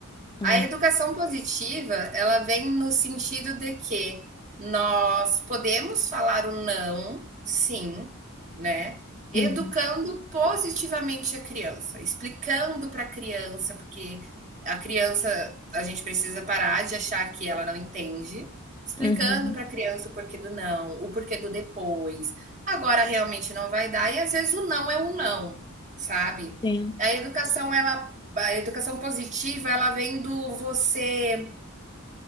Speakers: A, on the left (about 20°); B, on the right (about 35°).
A: Hum,
B: A educação positiva, ela vem no sentido de que nós podemos falar o não, sim, né? Educando
A: uhum,
B: positivamente a criança, explicando para a criança, porque a criança, a gente precisa parar de achar que ela não entende, explicando
A: uhum,
B: para a criança o porquê do não, o porquê do depois. Agora realmente não vai dar e às vezes o não é um não, sabe?
A: Sim.
B: A educação ela a educação positiva, ela vem do você